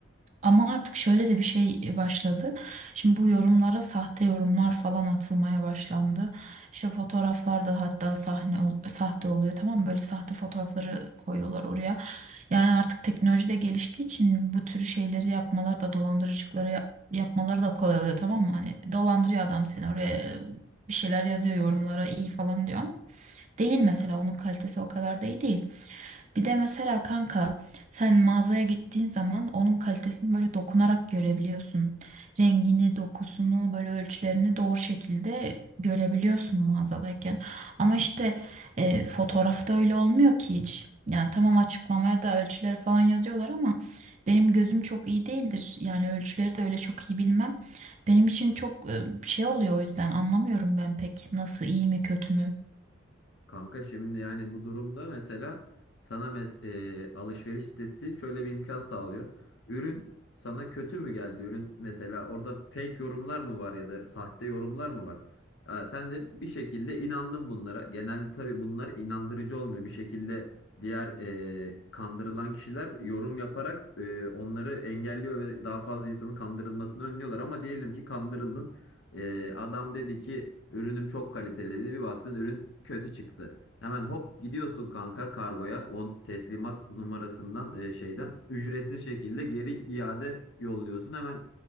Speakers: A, on the right (about 35°); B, on the left (about 70°).
A: Ama artık şöyle de bir şey başladı. Şimdi bu yorumlara sahte yorumlar falan atılmaya başlandı. İşte fotoğraflarda hatta sahne ol- sahte oluyor tamam mı? Böyle sahte fotoğrafları koyuyorlar oraya. Yani artık teknoloji de geliştiği için bu tür şeyleri yapmalar da dolandırıcılıkları yap- yapmaları da kolay oluyor tamam mı? Hani dolandırıyor adam seni oraya bir şeyler yazıyor yorumlara iyi falan diyor ama değil mesela onun kalitesi o kadar da iyi değil. Bir de mesela kanka sen mağazaya gittiğin zaman onun kalitesini böyle dokunarak görebiliyorsun. Rengini, dokusunu, böyle ölçülerini doğru şekilde görebiliyorsun mağazadayken. Ama işte e, fotoğrafta öyle olmuyor ki hiç. Yani tamam açıklamaya da ölçüleri falan yazıyorlar ama benim gözüm çok iyi değildir. Yani ölçüleri de öyle çok iyi bilmem. Benim için çok e, şey oluyor o yüzden anlamıyorum ben pek nasıl iyi mi kötü mü.
B: Kanka şimdi yani bu durumda mesela sana mes- e, alışveriş sitesi şöyle bir imkan sağlıyor. Ürün sana kötü mü geldi? Ürün mesela orada fake yorumlar mı var ya da sahte yorumlar mı var? Ha, sen de bir şekilde inandın bunlara. Genelde tabii bunlar inandırıcı olmuyor. Bir şekilde diğer e, kandırılan kişiler yorum yaparak e, onları engelliyor ve daha fazla insanın kandırılmasını önlüyorlar. Ama diyelim ki kandırıldın. Ee, adam dedi ki ürünüm çok kaliteli dedi. Bir baktın ürün kötü çıktı. Hemen hop gidiyorsun kanka kargoya on teslimat numarasından e, şeyden ücretsiz şekilde geri iade yolluyorsun. Hemen